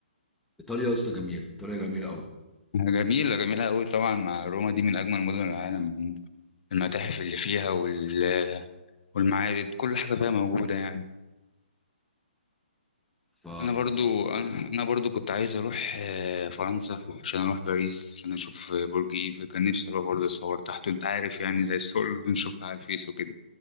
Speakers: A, in the centre; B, on the left.
A: ايطاليا يا اسطى جميلة ايطاليا جميلة قوي
B: جميلة جميلة أوي طبعا مع روما دي من أجمل مدن العالم المتاحف اللي فيها وال... والمعابد كل حاجة فيها موجودة يعني
A: ف
B: انا برضو انا أنا برضو كنت عايز اروح آه، فرنسا عشان اروح باريس عشان اشوف آه، برج ايفل كان نفسي اروح برضو اتصور تحته انت عارف يعني زي الصور اللي بنشوفها على الفيس وكده